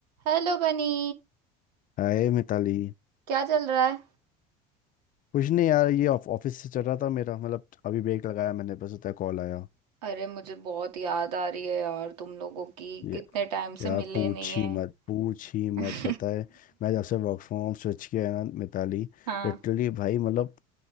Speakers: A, on the right; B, on the left.
A: Hello Bunny
B: हाय मिताली
A: क्या चल रहा है
B: कुछ नहीं यार ये ऑफ- ऑफिस से चल रहा था मेरा मतलब अभी ब्रेक लगाया मैंने बस उतना कॉल आया
A: अरे मुझे बहुत याद आ रही है यार तुम लोगों की
B: ये
A: कितने टाइम
B: यार
A: से मिले
B: पूछ
A: नहीं है
B: ही मत पूछ ही मत
A: <laughs>
B: पता है मैं जब से वर्क फ्रॉम होम स्विच किया है ना मिताली
A: हाँ
B: लिटरली भाई मतलब